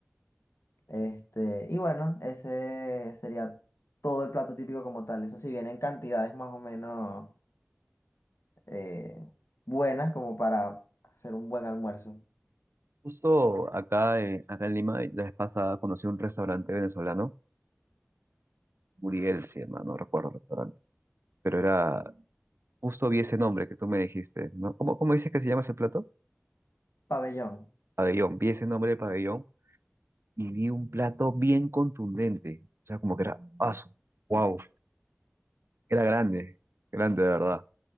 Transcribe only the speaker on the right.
Justo acá, en- acá en Lima, la vez pasada conocí un restaurante venezolano, Muriel se llama, no recuerdo el restaurante, pero era Justo vi ese nombre que tú me dijiste, ¿no? ¿Cómo, cómo dices que se llama ese plato?
Pabellón. Vi ese nombre de pabellón y vi un plato bien contundente. O sea, como que era aso. Wow. Era grande. Grande, de verdad.